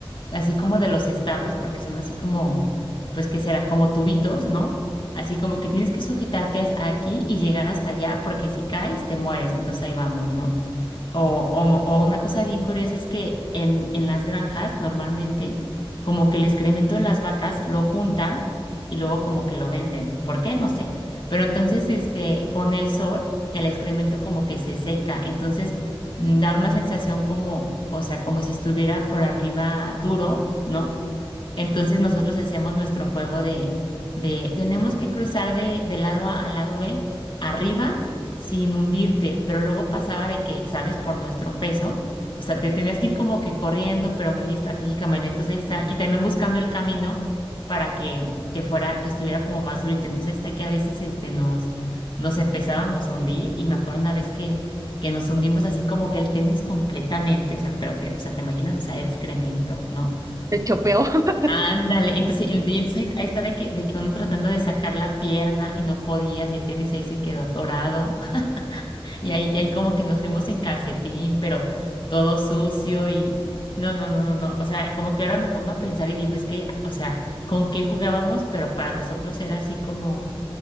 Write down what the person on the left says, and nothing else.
así como de los establos, porque son así como, pues, ¿qué será? Como tubitos, ¿no? Así como que tienes que sujetarte as- aquí y llegar hasta allá, porque si caes, te mueres. Entonces ahí vamos, ¿no? O, o- o una cosa bien curiosa es que en, en las granjas normalmente como que el excremento de las vacas lo juntan y luego como que lo venden. ¿Por qué? No sé. Pero entonces este, con el sol el excremento como que se seca. Entonces mm, da una sensación como, o sea, como si estuviera por arriba duro, ¿no? Entonces nosotros hacemos nuestro juego de, de tenemos que cruzar de, de lado A al lado B arriba sin hundirte, pero luego pasaba de que, ¿sabes? Por nuestro peso, o sea, te tenías que ir como que corriendo, pero muy estratégicamente, entonces ahí está, y también buscando el camino para que, que fuera, que estuviera como más durito, entonces ahí está que a veces este, nos, nos empezábamos a hundir, y me acuerdo una vez que, que nos hundimos así como que el tenis completamente, o sea, pero te, o sea, te imaginas, o sea, era excremento, ¿no?
Ándale, y entonces, y entonces ahí, ahí está de que, de que uno tratando de sacar la pierna y no podías y el tenis ahí se quedó atorado <laughs> y ahí, y ahí como que nos fuimos en calcetín, pero todo sucio y no, no, no, no, no, o sea, como que ahora me pongo a pensar y digo, es que, o sea, ¿con qué jugábamos? Pero para nosotros era así como,